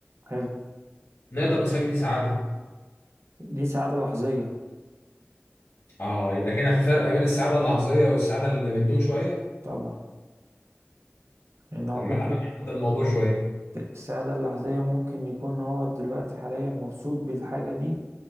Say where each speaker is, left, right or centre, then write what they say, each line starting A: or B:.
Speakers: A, on the right (about 80°); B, on the left (about 85°).
A: حلو
B: نقدر نسمي دي سعادة
A: دي سعادة لحظية
B: آه يبقى هنا في فرق ما بين السعادة اللحظية والسعادة اللي بتدوم شوية
A: طبعا يعني هو
B: لما
A: ممكن
B: تعالى نحدد الموضوع شوية
A: السعادة اللحظية ممكن يكون هو دلوقتي حاليا مبسوط بالحاجة دي